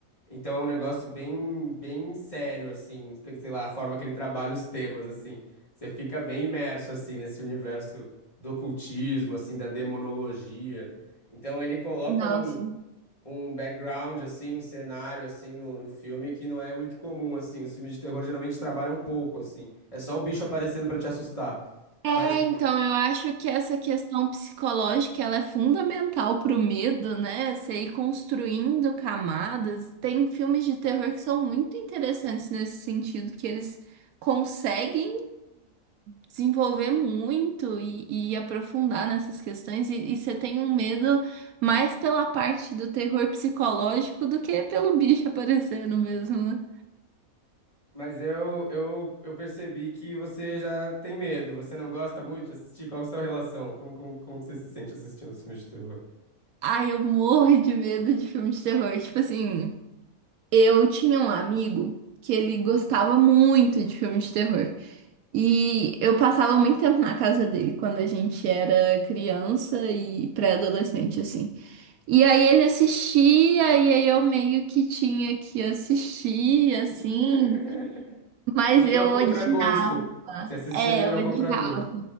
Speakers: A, on the left; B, on the right.
A: Então é um negócio bem, bem sério, assim, que- sei lá, a forma que ele trabalha os temas, assim. Você fica bem imerso, assim, nesse universo do ocultismo, assim, da demonologia. Então ele coloca
B: Nossa.
A: um, um background, assim, um cenário, assim, no, no filme que não é muito comum, assim. Os filmes de terror geralmente trabalham pouco, assim. É só o bicho aparecendo pra te assustar.
B: É,
A: Mas
B: então, eu acho que essa questão psicológica, ela é fundamental pro medo, né? Você ir construindo camadas. Tem filmes de terror que são muito interessantes nesse sentido, que eles conseguem desenvolver muito e, e aprofundar nessas questões. E, e você tem um medo mais pela parte do terror psicológico do que pelo bicho aparecendo mesmo, né?
A: Mas eu, eu, eu percebi que você já tem medo, você não gosta muito de assistir. Qual a sua relação? Como, como, como que você se sente assistindo os filmes de terror?
B: Ai, eu morro de medo de filme de terror. Tipo assim. Eu tinha um amigo que ele gostava muito de filmes de terror. E eu passava muito tempo na casa dele quando a gente era criança e pré-adolescente, assim. E aí ele assistia, e aí eu meio que tinha que assistir, assim.
A: <laughs>
B: Mas
A: Meio
B: eu
A: a
B: odiava.
A: contragosto. Você assistia
B: É,
A: meio
B: eu odiava.
A: a contragosto.